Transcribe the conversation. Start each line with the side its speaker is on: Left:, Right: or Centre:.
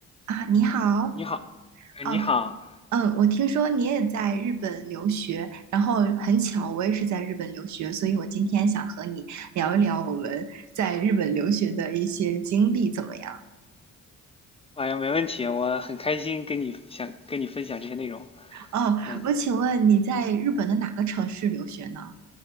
Right: 啊，你好，
Left: 你好，呃你好，
Right: 哦，嗯，我听说你也在日本留学，然后很巧，我也是在日本留学，所以我今天想和你聊一聊我们在日本留学的一些经历，怎么样？
Left: 哎呀，没问题，我很开心跟你想跟你分享这些内容。
Right: 哦，
Left: 嗯，
Right: 我请问你在日本的哪个城市留学呢？